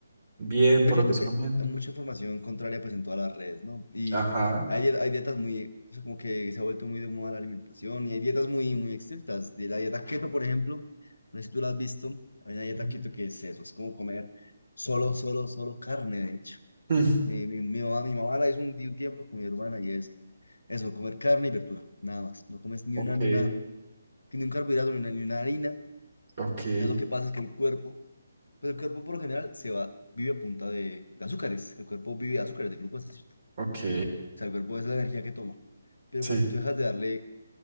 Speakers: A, on the right; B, on the left.
A: bien
B: Yo
A: por
B: siento
A: lo que estoy
B: que
A: comiendo.
B: hay mucha información contraria pues en todas las redes, ¿no? Y
A: Ajá.
B: hay, hay dietas muy, o sea, como que se ha vuelto muy de moda la alimentación y hay dietas muy, muy estrictas. De la dieta keto, por ejemplo, no sé si tú la has visto, hay una dieta
A: Ujú.
B: keto que es eso, es como comer solo, solo, solo carne, de hecho.
A: <laughs>
B: Eh, mi, mi mamá, mi mamá la hizo un, di- un tiempo con mi hermana y es eso, comer carne y verdura, nada más. No comes ni
A: Ok,
B: una, ni una, ni un carbohidrato, ni una, ni una harina.
A: ok,
B: Entonces lo que pasa es que el cuerpo pero el cuerpo por lo general se va, vive a punta de, de azúcares. El cuerpo vive de azúcares, de glucosa, ¿cierto?
A: ok,
B: O sea, el cuerpo es la energía que toma. Pero
A: sí,
B: cuando tú dejas de darle